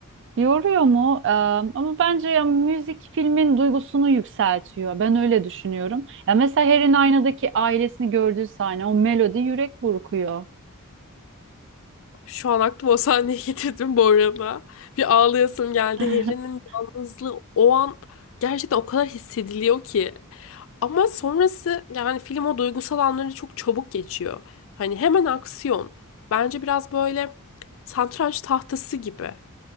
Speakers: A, on the right (about 55°); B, on the left (about 65°).
A: Yoruyor mu? Eee, ama bence ya müzik filmin duygusunu yükseltiyor. Ben öyle düşünüyorum. Ya mesela Harry'nin aynadaki ailesini gördüğü sahne, o melodi yürek burkuyor.
B: Şu an aklıma o sahneyi <laughs> getirdim bu arada. Bir ağlayasım geldi.
A: <laughs>
B: Harry'nin yalnızlığı o an gerçekten o kadar hissediliyor ki. Ama sonrası yani film o duygusal anları çok çabuk geçiyor. Hani hemen aksiyon. Bence biraz böyle satranç tahtası gibi.